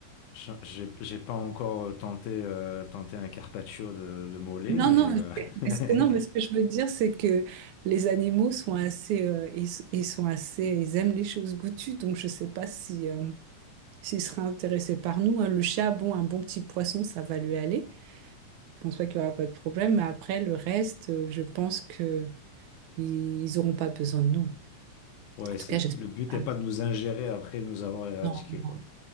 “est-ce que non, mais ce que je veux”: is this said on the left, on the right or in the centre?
Right